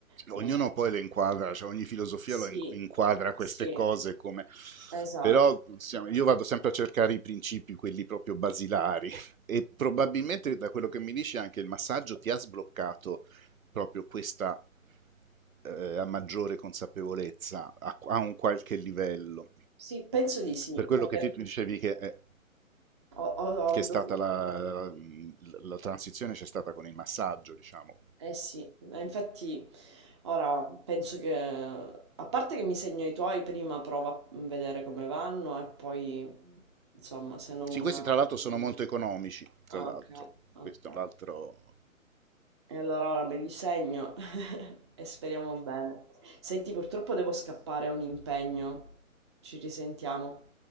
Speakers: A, on the right; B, on the right.
A: Eh,
B: ognuno poi le inquadra, cioè ogni filosofia
A: sì,
B: lo in- inquadra queste
A: sì,
B: cose come...
A: esatto.
B: Però insomma, io vado sempre a cercare i principi, quelli proprio basilari, e probabilmente da quello che mi dici anche il massaggio ti ha sbloccato proprio questa eh, maggiore consapevolezza a, a un qualche livello.
A: Sì, penso di sì,
B: Per quello
A: perché
B: che ti tu dicevi che, eh,
A: ho, ho- ho
B: che
A: avuto
B: è stata la, la- la transizione c'è stata con il massaggio, diciamo.
A: Eh sì, ma infatti ora penso che a parte che mi segno i tuoi, prima prova a vedere come vanno e poi insomma se non...
B: Sì, questi tra l'altro sono molto economici, tra
A: ah,
B: l'altro.
A: Ok, ok.
B: Questo è un altro
A: E allora ora me li segno <laughs> e speriamo bene. Senti, purtroppo devo scappare, ho un impegno. Ci risentiamo.